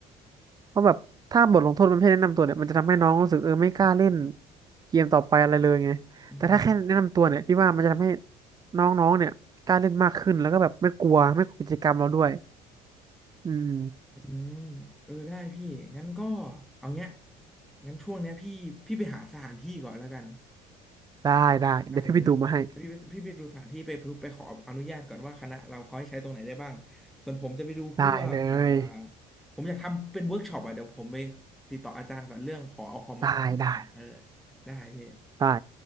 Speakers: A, on the right; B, in the centre.
A: เพราะแบบถ้าบทลงโทษมันไม่ให้แนะนำตัวเนี่ยมันจะทำให้น้องรู้สึกเออไม่กล้าเล่นเกมต่อไปอะไรเลยไงแต่ถ้าแค่แนะนำตัวเนี่ยพี่ว่ามันจะทำให้
B: อืม
A: น้องๆเนี่ยกล้าเล่นมากขึ้นแล้วก็แบบไม่กลัวไม่กลัวกิจกรรมเราด้วยอืม
B: อืมเออได้พี่งั้นก็เอาเงี้ยงั้นช่วงเนี้ยพี่พี่ไปหาสถานที่ก่อนแล้วกัน
A: ได้ได้เดี๋ยวพี่ไปดูมาให้
B: ได้เลยเดี๋ยวเดี๋ยวพี่ไปพี่ไปดูสถานที่ไปไปไปขออนุญาตก่อนว่าคณะเราเขาให้ใช้ตรงไหนได้บ้างส่วนผมจะไปดูพวกอ่า
A: ได้เลย
B: ผมอยากทำเป็นเวิร์กช็อปอ่ะเดี๋ยวผมไปติดต่ออาจารย์ก่อนเรื่องขอเอาคอมมาตั้งอ่ะเออ
A: ได้ได้
B: ได้พี่
A: ได้